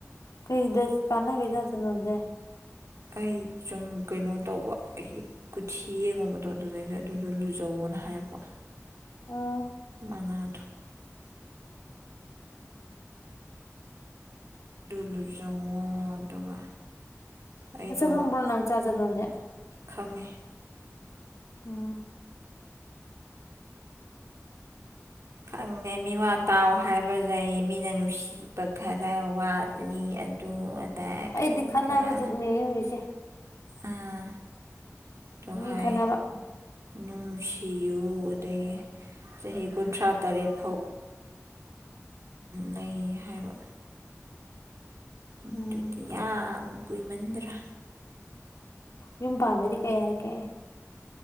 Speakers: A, on the left (about 80°); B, on the right (about 70°).
A: ꯀꯩꯗ ꯀꯥꯟꯅꯒꯦ ꯆꯥ ꯆꯟꯗꯣꯟꯖꯦ
B: ꯑꯩ ꯁꯨꯝ ꯀꯩꯅꯣ ꯇꯧꯕ ꯑꯩꯒꯤ ꯀꯨꯊꯤ ꯌꯦꯡꯉꯨꯕꯗꯣ ꯑꯗꯨꯗꯩꯗ ꯑꯗꯨꯗꯣ ꯂꯨꯖꯧꯋꯣꯅ ꯍꯥꯏꯔꯛꯄ
A: ꯑꯣ
B: <unintelligible> ꯂꯨꯖꯧꯋꯣ ꯑꯗꯨꯒ ꯑꯩꯗꯣ
A: ꯃꯁꯛ ꯈꯪꯕ꯭ꯔꯣ ꯅꯪ ꯆꯥ ꯆꯗꯣꯟꯁꯦ
B: ꯈꯪꯉꯦ
A: ꯎꯝ
B: ꯈꯪꯗꯦ ꯃꯤꯋꯥꯇꯥꯎ ꯍꯥꯏꯕ ꯂꯩ ꯃꯤꯅ ꯅꯨꯡꯁꯤꯕ ꯈꯔ ꯋꯥꯠꯂꯤ ꯨ ꯑꯗꯨ ꯑꯗꯥ
A: ꯑꯩꯗꯤ
B: ꯀꯔꯤ
A: ꯈꯠꯅꯕ
B: ꯀꯔꯥ
A: ꯖꯨꯛꯅꯦ ꯍꯧꯖꯤꯛꯁꯦ
B: ꯑꯥ ꯑꯗꯨ
A: ꯃꯤ
B: ꯍꯥꯏ
A: ꯈꯠꯅꯕ
B: ꯅꯨꯡꯁꯤꯌꯨ ꯑꯗꯒꯤ ꯆꯍꯤ ꯀꯨꯟꯊ꯭ꯔꯥ ꯇꯔꯦꯠ ꯐꯥꯎ ꯂꯩ ꯍꯥꯏꯕ ꯑꯗꯨꯗꯤ
A: ꯎꯝ
B: ꯌꯥꯝ ꯀꯨꯏꯃꯟꯗ꯭ꯔꯥ
A: ꯌꯨꯝ ꯄꯥꯟꯕꯩꯗꯤ ꯀꯩ ꯍꯥꯏꯔꯛꯀꯦ